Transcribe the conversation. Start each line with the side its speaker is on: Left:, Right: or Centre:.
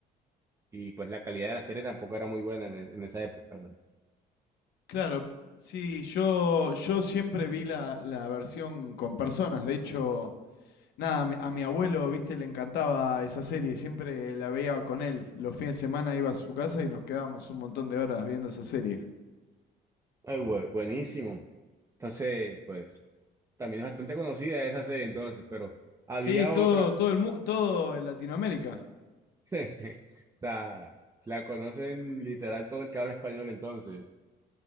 Right: y pues la calidad de la serie tampoco era muy buena en, e, en esa época. bueno.
Left: Claro, sí, yo, yo siempre vi la, la versión con personas, de hecho, nada, a mi, a mi abuelo, viste, le encantaba esa serie, siempre la veía con él, los fines de semana iba a su casa y nos quedábamos un montón de horas viendo esa serie.
Right: Ay, bu- buenísimo. Entonces, pues también es bastante conocida esa serie entonces, pero había
Left: Sí, todo,
Right: otra,
Left: todo el mu- todo en Latinoamérica.
Right: <laughs> o sea, la conocen literal todo el que habla español entonces,